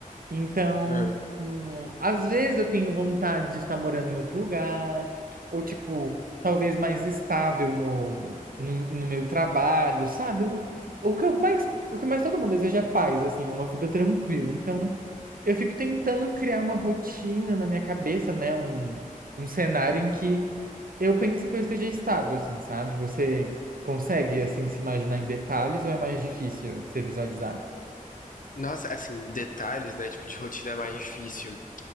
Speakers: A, on the right; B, on the left.
A: Então,
B: Aham.
A: hum, às vezes eu tenho vontade de estar morando em outro lugar, ou tipo, talvez mais estável no, no, no meu trabalho, sabe? Eu não- o que eu mais, o que mais todo mundo deseja é paz, assim, né? Uma vida tranquila. Então, eu fico tentando criar uma rotina na minha cabeça, né? Um, um cenário em que eu pense que eu esteja estável, assim, sabe? Você consegue, assim, se imaginar em detalhes ou é mais difícil você visualizar?
B: Nossa, assim, detalhes, né? Tipo, de rotina é mais difícil.